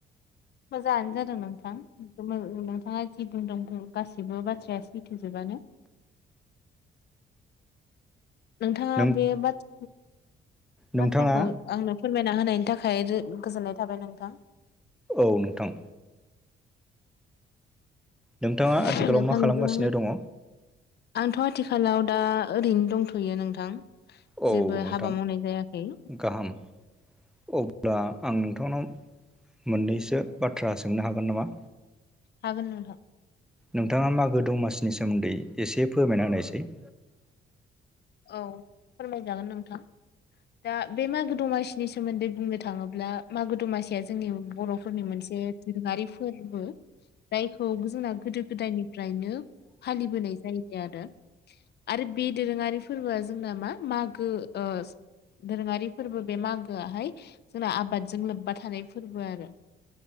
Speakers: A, on the left; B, in the centre.
A: मोजाङानो जादों नोंथां नोंथाङा जि बुंदों गासिबो बाथ्राया सैथोजोबानो नोंथाङा
B: नों
A: बे बाथ
B: नोंथाङा
A: बाथ्राखौ आंनो फोरमायना होनायनि थाखाय रो गोजोननाय थाबाय नोंथां
B: औ नोंथां नोंथाङा
A: दा
B: आथिखालाव
A: आं नोंथांजों
B: मा खालामगासिनो दङ
A: आंथ' आथिखालाव दा ओरैनो दंथ'यो नोंथां
B: औ
A: जेबो
B: नोंथां
A: हाबा मावनाय जायाखै
B: गाहाम अब्ला आं नोंथांनाव मोननैसो बाथ्रा सोंनो हागोन नामा
A: होगोन नोंथां
B: नोंथाङा मागो दमासिनि सोमोनदै एसे फोरमायना होनायसै
A: औ फोरमायजागोन नोंथां दा बे मागो दमासिनि सोमोनदै बुंनो थांङोब्ला मागो दमासिया जोंनि बर'फोरनि मोनसे दोरोंङारि फोरबो जायखौ जोंना गोदो गोदायनिफ्रायनो फालिबोनाय जायोबाय आरो आरो बे दोरोंङारि फोरबोया जोंना मा मागो ओ दोरोङारि फोरबो बे मागोयाहाय जोंना आबादजों लोब्बा थानाय फोरबो आरो